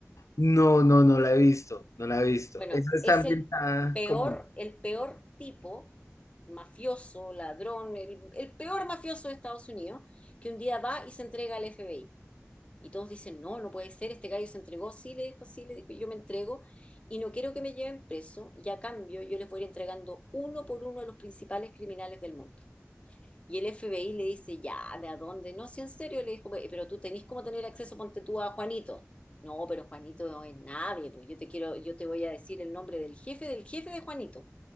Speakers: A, on the left (about 85°); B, on the left (about 25°).
A: No, no, no la he visto, no la he visto.
B: Bueno,
A: Eso está
B: es
A: ambientada
B: el peor,
A: como...
B: el peor tipo, mafioso, ladrón, el, el peor mafioso de Estados Unidos, que un día va y se entrega al FBI. Y todos dicen, no, no puede ser, este gallo se entregó, sí le dijo, sí le dijo, yo me entrego y no quiero que me lleven preso y a cambio yo les voy a ir entregando uno por uno a los principales criminales del mundo. Y el FBI le dice, ya, ¿de a dónde? No, si en serio, le dijo, "pe- pero tú tenés cómo tener acceso, ponte tú a Juanito. No, pero Juanito no es nadie, pues yo te quiero, yo te voy a decir el nombre del jefe del jefe de Juanito.